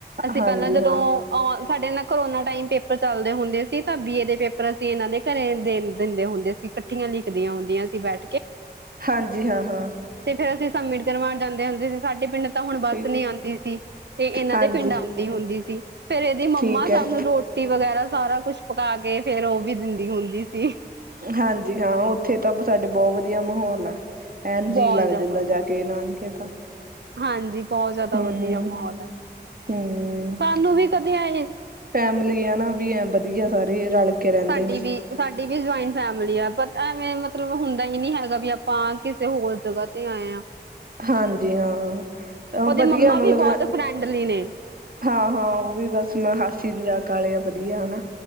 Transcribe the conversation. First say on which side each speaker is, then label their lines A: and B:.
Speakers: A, on the right; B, on the right.
A: ਅਸੀਂ
B: ਹਾਂਜੀ
A: ਪਹਿਲਾਂ ਜਦੋਂ,
B: ਹਾਂ
A: ਸਾਡੇ ਨਾ ਕਰੋਨਾ ਟਾਈਮ ਪੇਪਰ ਚੱਲਦੇ ਹੁੰਦੇ ਸੀ, ਤਾਂ ਬੀਏ ਦੇ ਪੇਪਰ, ਅਸੀਂ ਇਹਨਾਂ ਦੇ ਘਰੇ ਦਿੰਦੇ ਹੁੰਦੇ ਸੀ, ਇਕੱਠੀਆਂ ਲਿਖਦੀਆਂ ਹੁੰਦੀਆਂ ਸੀ ਬੈਠ ਕੇ।
B: ਹਾਂਜੀ। ਹਾਂ, ਹਾਂ।
A: ਤੇ ਫਿਰ ਅਸੀਂ ਸਬਮਿਟ ਕਰਵਾਉਣ ਜਾਂਦੇ ਹੁੰਦੇ। ਸਾਡੇ ਪਿੰਡ ਤਾਂ ਹੁਣ ਬੱਸ
B: ਠੀਕ
A: ਨੀ
B: ਹੈ
A: ਆਦੀ ਸੀ, ਤੇ ਇਹਨਾਂ
B: ਹਾਂਜੀ
A: ਦੇ ਪਿੰਡ ਆਦੀ ਹੁੰਦੀ ਸੀ। ਫੇਰ ਇਹਦੀ ਮੰਮਾ,
B: ਠੀਕ
A: ਸਾਨੂੰ
B: ਹੈ
A: ਰੋਟੀ ਵਗੈਰਾ ਸਾਰਾ ਕੁਛ ਪਕਾ ਕੇ, ਫੇਰ ਉਹ ਵੀ ਦਿੰਦੀ ਹੁੰਦੀ ਸੀ।
B: ਹਾਂਜੀ, ਹਾਂ, ਉੱਥੇ ਤਾਂ ਸਾਡੇ ਬਹੁਤ ਵਧੀਆ ਮਾਹੌਲ ਆ। ਐਨ
A: ਬਹੁਤ
B: ਜੀਅ ਲੱਗ
A: ਜ਼ਿਆਦਾ
B: ਜਾਂਦਾ
A: ਵਧੀਆ
B: ਜਾ ਕੇ, ਨਾਣਕੇ ਤਾਂ।
A: ਹਾਂਜੀ। ਬਹੁਤ ਜ਼ਿਆਦਾ
B: ਹੂੰ
A: ਵਧੀਆ ਮਾਹੌਲ ਹੈ,
B: ਹੂੰ
A: ਸਾਨੂੰ ਵੀ ਕਦੇ ਆਏ
B: ਮਲੀ ਹੈ ਨਾ, ਵੀ ਐ, ਵਧੀਆ ਸਾਰੇ ਰਲ ਕੇ ਰਹਿੰਦੇ
A: ਸਾਡੀ
B: ਨੇ।
A: ਵੀ ਸਾਡੀ ਵੀ ਜੁਆਇੰਟ ਫੈਮਿਲੀ ਆ ਪਰ ਐਵੇਂ ਮਤਲਬ ਹੁੰਦਾ ਹੀ ਨੀ ਹੈਗਾ, ਵੀ ਆਪ ਆਪਾਂ ਕਿਸੇ ਹੋਰ ਜਗ੍ਹਾ ਤੇ, ਆਏ ਹਾਂ।
B: ਹਾਂਜੀ, ਹਾਂ।
A: ਉਹਦੇ
B: ਵਧੀਆ,
A: ਮੰਮਾ
B: ਮਤਲਬ
A: ਵੀ ਬਹੁਤ
B: ਮ,
A: ਫਰੈਂਡਲੀ ਨੇ
B: ਹਾਂ, ਹਾਂ, ਉਹ ਵੀ ਬਸ ਮੈਂ ਹਾਸੀ ਵੀ ਆ, ਕਾਲੇ ਆ ਵਧੀਆ, ਨਾਂ।